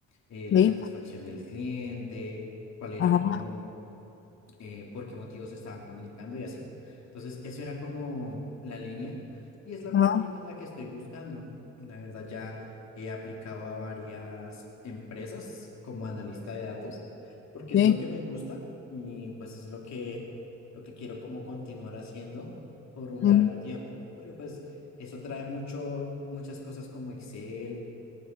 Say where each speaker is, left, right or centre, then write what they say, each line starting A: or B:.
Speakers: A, on the left; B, on the left.
A: eh, la
B: sí,
A: satisfacción del cliente, cuál era
B: ajá,
A: como eh, por qué motivos se estaban comunicando y así. Entonces, eso era como la línea y es la misma
B: ajá,
A: línea en la que estoy buscando. La verdad, ya he aplicado a varias empresas como analista de datos porque
B: sí,
A: es lo que me gusta y pues es lo que, lo que quiero como continuar haciendo por un
B: mm,
A: largo tiempo, porque pues eso trae mucho, muchas cosas como Excel